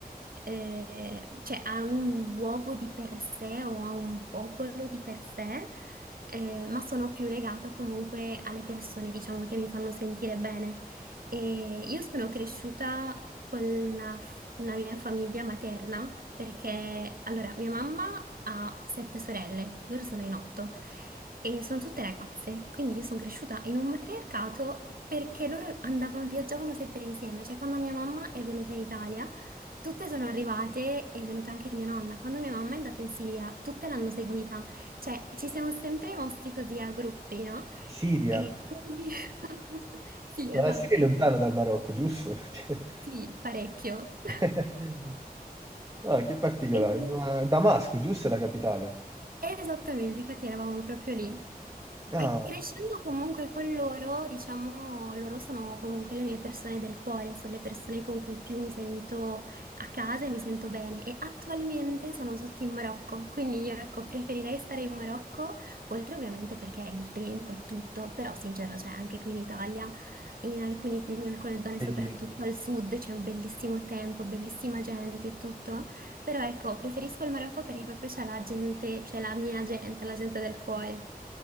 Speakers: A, on the right; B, on the right.
A: eh, cioè, a un luogo di per sé o a un popolo di per sé, eh, ma sono più legata comunque alle persone, diciamo, che mi fanno sentire bene. E io sono cresciuta con la, f- la mia famiglia materna, perché, allora, mia mamma ha sette sorelle, loro sono in otto. E sono tutte ragazze, quindi io sono cresciuta in un matriarcato perché loro andavano, viaggiavano sempre insieme. Cioè, quando mia mamma è venuta in Italia, tutte sono arrivate, è venuta anche mia nonna. Quando mia mamma è andata in Siria, tutte l'hanno seguita. Cioè, ci siamo sempre mossi così a gruppi, no?
B: Siria?
A: E quindi... <laughs> Sì,
B: Ma
A: esatto.
B: la Siria è lontano dal Marocco, giusto? <laughs> Cioè,
A: Sì, parecchio. <laughs>
B: <laughs> No, che particolare.
A: E...
B: Ma Damasco, giusto, è la capitale?
A: Esattamente, infatti eravamo proprio lì.
B: Ah,
A: E crescendo comunque con loro, diciamo, loro sono comunque le mie persone del cuore, sono le persone con cui più mi sento a casa e mi sento bene. E attualmente sono tutti in Marocco, quindi io ecco, preferirei stare in Marocco, oltre ovviamente perché il tempo e tutto, però sincero, cioè anche qui in Italia, in alcuni- in alcune zone,
B: e
A: soprattutto
B: io.
A: al sud, c'è un bellissimo tempo, bellissima gente e tutto, però ecco, preferisco il Marocco perché proprio c'è la gente, c'è la mia gente, la gente del cuore.